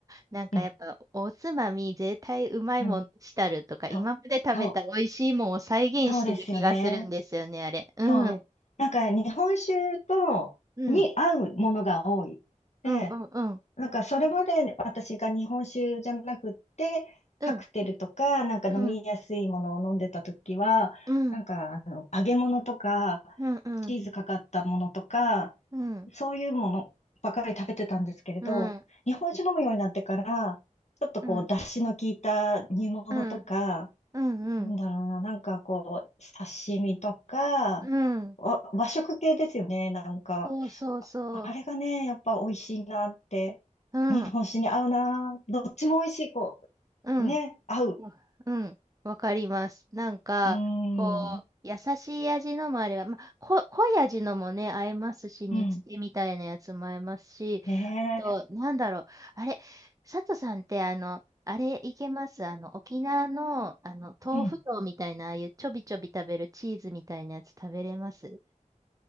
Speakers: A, on the right; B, on the left.
A: なんかやっぱおつまみ絶対うまいもんしたるとか、
B: うん、うん、
A: 今まで食べた美味しいもんを再現してる気がするんですよね、
B: そう、そう、そうですよね。
A: あれ。うん。
B: そう。なんか日本酒と、
A: うん。
B: に合うものが多い。で、
A: うん。うん。
B: なんかそれまで私が日本酒じゃなくって、
A: うん。
B: カクテルとか、なんか飲みやすいものを飲んでた時は、
A: うん。うん。
B: なんかあの揚げ物とか、
A: うん。
B: チーズかかったものとか、
A: うん。
B: そういうものばかり食べてたんですけれど、
A: うん。
B: 日本酒飲むようになってから、ちょっとこう、
A: うん。うん。
B: 出汁の効いた煮物とか、
A: うん。うん。うん。
B: なんだろうな、なんかこう、刺身とか、
A: うん
B: わ和食系ですよね、なんか。
A: そうそうそう。
B: あれがね、やっぱ美味しいなって、
A: うん。
B: 日本酒に合うな、どっちも美味しい、こ
A: うん。
B: う、ね、合う。
A: わうん、わかります。なんか、
B: うー
A: こう、
B: ん、
A: 優しい味のもあれば、まあ、こ、濃い味のもね、合いますし、煮つけみたいなやつも合いますし、
B: うん、ねえ、
A: あと、なんだろう、あれ、佐藤さんって、あの、あれいけますあの、沖縄の、あの、豆腐丼みたいな、
B: うん。
A: ああいうちょびちょび食べるチーズみたいなやつ食べれます